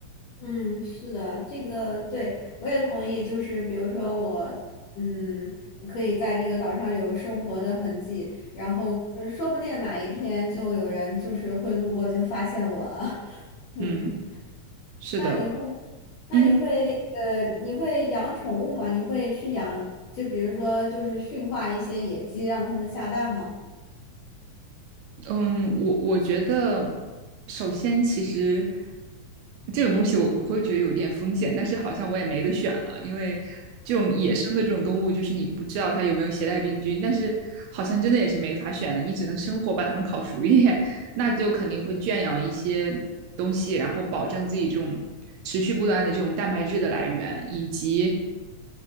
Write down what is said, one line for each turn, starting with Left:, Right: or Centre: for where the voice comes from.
Left: 嗯，是的，这个对我也同意。就是比如说我，嗯，可以在这个岛上有生活的痕迹，然后呃说不定哪一天就有人就是会路过就发现我了。<laughs> 嗯，
Right: 嗯，是的，
Left: 那你会，那你会，
Right: 嗯，
Left: 呃，你会养宠物吗？你会去养，就比如说就是驯化一些野鸡，让它们下蛋吗？
Right: 嗯，我我觉得，首先其实这种东西我我会觉得有点风险，但是好像我也没得选了，因为这种野生的这种动物，就是你不知道它有没有携带病菌，但是好像真的也是没法选的，你只能生火把它们烤熟一点，<laughs> 那就肯定会圈养一些东西，然后保证自己这种持续不断的这种蛋白质的来源，以及